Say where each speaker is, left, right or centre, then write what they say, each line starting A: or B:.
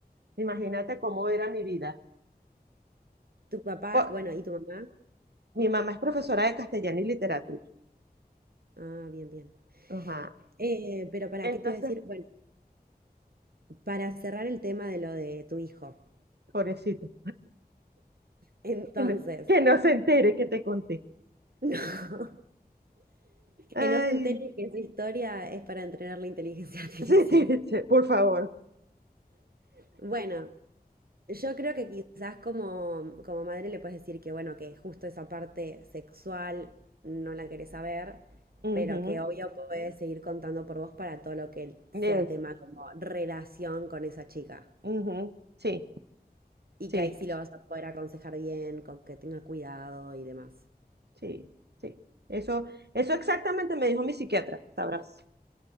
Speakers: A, on the right; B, on the right.
A: Imagínate cómo era mi vida.
B: tu papá,
A: Po-
B: bueno, ¿y tu mamá?
A: mi mamá es profesora de castellano y literatura,
B: Ah, bien, bien.
A: ajá.
B: Eh, pero ¿para
A: Entonces,
B: qué te iba a decir? Bueno, para cerrar el tema de lo de tu hijo.
A: pobrecito,
B: Entonces,
A: que no, que no se entere que te conté.
B: <laughs> no,
A: Ay,
B: que no se entere que su historia es para entrenar la inteligencia <laughs> artificial.
A: sí, <laughs> por favor.
B: Bueno, yo creo que quizás como, como madre le puedes decir que, bueno, que justo esa parte sexual no la querés saber,
A: Ujú.
B: pero que obvio puedes seguir contando por vos para todo lo que sea
A: Eso.
B: tema como relación con esa chica.
A: Ujú, Sí,
B: Y
A: sí,
B: que ahí sí lo vas a poder aconsejar bien, con que tenga cuidado y demás.
A: sí, sí. Eso, eso exactamente me dijo mi psiquiatra, sabrás.